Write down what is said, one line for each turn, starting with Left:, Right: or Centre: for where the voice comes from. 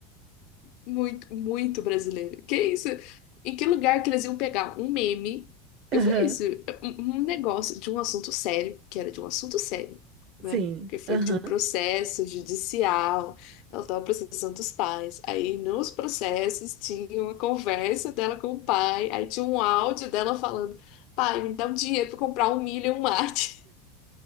Left: Muito, muito brasileiro. Que isso? Em que lugar que eles iam pegar um meme? Eu
Right: Aham,
Left: falei isso, um um negócio de um assunto sério, que era de um assunto sério, né?
Right: sim,
Left: Que foi
Right: aham,
Left: de um processo judicial. Ela estava processando os pais. Aí nos processos tinha uma conversa dela com o pai. Aí tinha um áudio dela falando: Pai, me dá um dinheiro para comprar um milho e um mate.